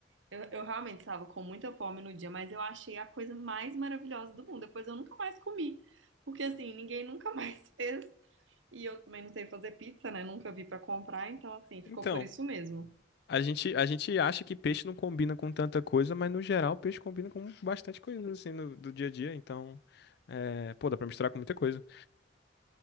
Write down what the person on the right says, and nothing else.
eu, eu realmente estava com muita fome no dia, mas eu achei a coisa mais maravilhosa do mundo. Depois eu nunca mais comi. Porque assim, ninguém nunca mais <laughs> fez. E eu também não sei fazer pizza, né? Nunca vi pra comprar, então assim, ficou
por isso mesmo.